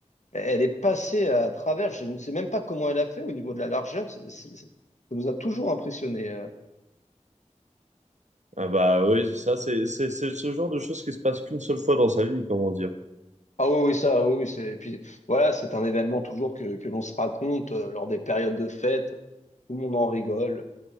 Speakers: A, on the left (about 70°); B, on the right (about 70°).
A: elle est passée à travers. Je ne sais même pas comment elle a fait au niveau de la largeur. C'est- c'est- c'est- Ça nous a toujours impressionnés. euh.
B: Ah bah oui, ça c'est c'est c'est ce genre de choses qui se passe qu'une seule fois dans sa vie, comment dire.
A: Ah oui, oui, ça, oui, oui. c'est- Et puis voilà, c'est un événement toujours que, que l'on se raconte euh, lors des périodes de fête. Tout le monde en rigole.